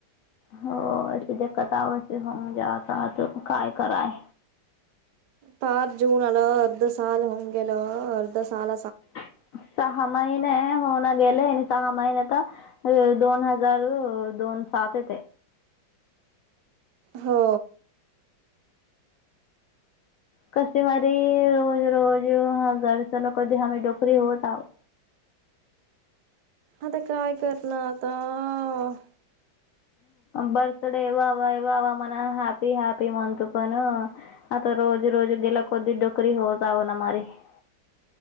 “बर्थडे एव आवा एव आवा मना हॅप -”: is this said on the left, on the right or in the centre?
Left